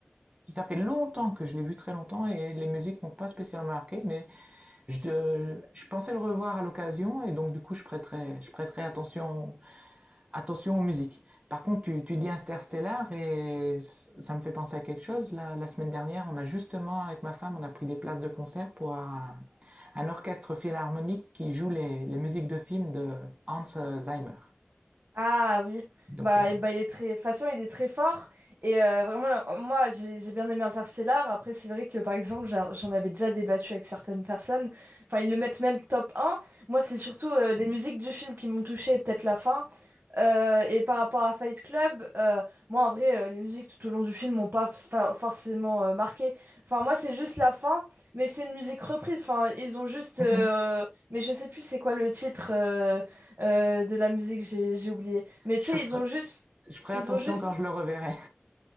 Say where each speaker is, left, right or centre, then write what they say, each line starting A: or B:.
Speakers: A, on the right; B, on the right.
A: Ça fait longtemps que je l'ai vu, très longtemps, et les musiques m'ont pas spécialement marqué, mais je, euh, je pensais le revoir à l'occasion, et donc du coup, je prêterai, je prêterai attention, attention aux musiques. Par contre, tu, tu dis Interstellar, et ça me fait penser à quelque chose. La, la semaine dernière, on a justement, avec ma femme, on a pris des places de concert pour un, un orchestre philharmonique qui joue les, les musiques de films de Hans Zimmer.
B: Ah oui,
A: Donc,
B: bah,
A: euh,
B: et- bah il est très, de toute façon il est très fort et euh, vraiment là, moi j'ai j'ai bien aimé Interstellar. Après c'est vrai que par exemple j'a- j'en avais déjà débattu avec certaines personnes. Enfin ils le mettent même top un. Moi c'est surtout euh, les musiques du film qui m'ont touché et peut-être la fin. Euh, et par rapport à Fight Club, euh, moi en vrai euh, les musiques tout au long du film m'ont pas fa- forcément euh, marqué. Enfin moi c'est juste la fin, mais c'est une musique reprise. Enfin ils ont juste,
A: <laughs>
B: euh, mais je sais plus c'est quoi le titre. euh, euh, de la musique, j'ai j'ai oublié. Mais
A: je,
B: tu sais,
A: ferai,
B: ils ont juste,
A: je ferai
B: ils
A: attention
B: ont juste,
A: quand je le reverrai.